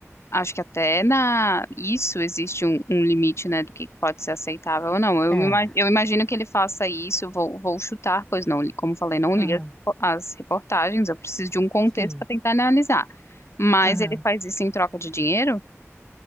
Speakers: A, on the left; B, on the left.
A: acho que até na isso existe um, um limite, né, do que pode ser aceitável ou não. Eu,
B: É.
A: me ima- eu imagino que ele faça isso, vou, vou chutar, pois não, li- como falei, não
B: Aham.
A: li as, as reportagens, eu preciso de um contexto
B: Sim.
A: para tentar analisar. Mas
B: Aham.
A: ele faz isso em troca de dinheiro?